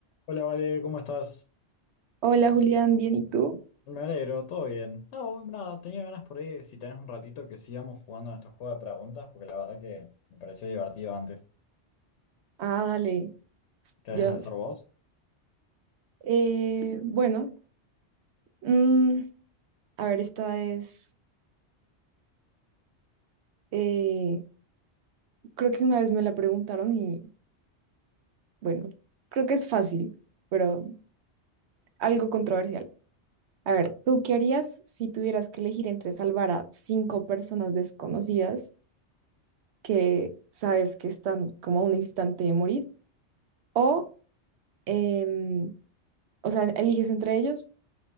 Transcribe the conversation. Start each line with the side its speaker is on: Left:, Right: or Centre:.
Left: Hola, Vale, ¿cómo estás?
Right: Hola Julián, ¿bien y tú?
Left: Me alegro, todo bien. No, nada, tenía ganas por ahí, si tenés un ratito, que sigamos jugando a estos juegos de preguntas, porque la verdad que me pareció divertido antes.
Right: Ah, dale,
Left: ¿Querés
Right: yo.
Left: empezar vos?
Right: Eh, bueno, mm, a ver, esta es, eh, creo que una vez me la preguntaron y bueno, creo que es fácil, pero algo controversial. A ver, ¿tú qué harías si tuvieras que elegir entre salvar a cinco personas desconocidas que sabes que están como a un instante de morir o, em, o sea, eliges entre ellos